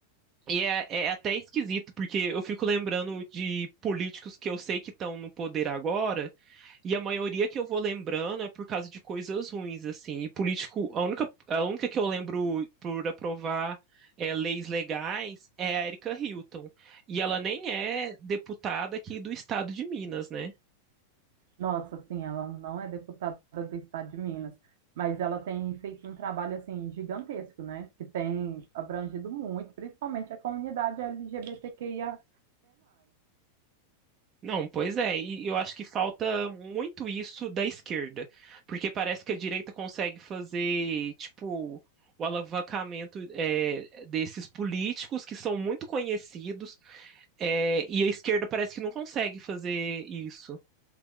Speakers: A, on the right (about 25°); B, on the right (about 55°).
A: e é, é até esquisito, porque eu fico lembrando de políticos que eu sei que estão no poder agora, e a maioria que eu vou lembrando é por causa de coisas ruins, assim, e político, a única, a única que eu lembro por aprovar. é, leis legais é a Erika Hilton. E ela nem é deputada aqui do estado de Minas, né?
B: Nossa, sim, ela não é deputada do estado de Minas, mas ela tem feito um trabalho assim gigantesco, né? Que tem abrangido muito, principalmente a comunidade LGBTQIAP+.
A: Não, pois é, e eu acho que falta muito isso da esquerda, porque parece que a direita consegue fazer, tipo, o alavancamento é, desses políticos que são muito conhecidos, é, e a esquerda parece que não consegue fazer isso